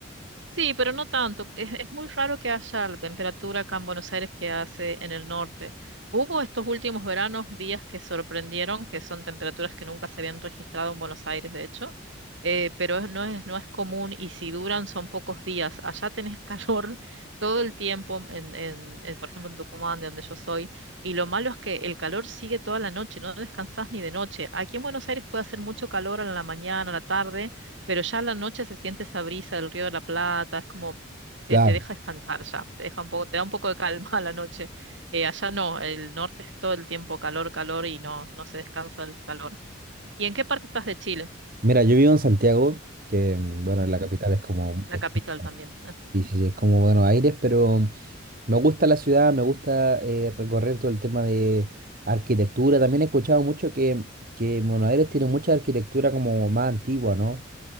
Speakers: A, on the right; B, on the right.
A: Sí, pero no tanto. Es, es muy raro que haya la temperatura acá en Buenos Aires que hace en el norte. Hubo estos últimos veranos días que sorprendieron, que son temperaturas que nunca se habían registrado en Buenos Aires, de hecho, eh, pero es- no es, no es común y si duran son pocos días. Allá tenés calor <laughs> todo el tiempo, en, en, en, por ejemplo en Tucumán, de donde yo soy, y lo malo es que el calor sigue toda la noche, no descansás ni de noche. Aquí en Buenos Aires puede hacer mucho calor a la mañana, a la tarde pero ya a la noche se siente esa brisa del Río de la Plata, es como te,
B: Claro.
A: te deja descansar ya, te deja un poco, te da un poco de calma <laughs> a la noche. Eh, allá no, el norte es todo el tiempo calor, calor y no, no se descansa del calor. ¿Y en qué parte estás de Chile?
B: Mira, yo vivo en Santiago, que mm, bueno,
A: Ujú.
B: en la capital es como,
A: La
B: es,
A: capital
B: como-
A: también.
B: y sí, sí, es como Buenos Aires, pero... Me gusta la ciudad, me gusta eh, recorrer todo el tema de arquitectura. También he escuchado mucho que, que Buenos Aires tiene mucha arquitectura como más antigua, ¿no?